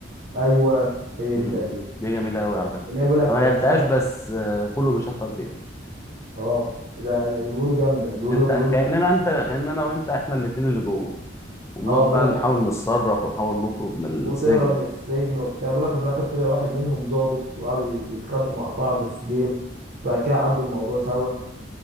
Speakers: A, on the right; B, on the left.
A: ايوه هي
B: مم.
A: دي تقريبا
B: دي جميله قوي على فكره
A: اللي هي بيقول لك
B: انا ما لعبتهاش
A: مش عارف
B: بس آه، كله بيشكر فيها
A: اه ده بيقولوا جامده بيقولوا
B: انت
A: بيقولوا
B: كاننا
A: بت...
B: انت كاننا انا وانت احنا الاتنين اللي جوه وبنقعد
A: اه بيقول
B: بقى
A: لك
B: نحاول
A: احنا
B: نتصرف ونحاول نخرج من السجن
A: وتهرب من السجن وبتاع بيقول لك في الاخر طلع واحد منهم ظابط وقعدوا يتخانقوا مع بعض في جيم بعد كده عدوا الموضوع سوا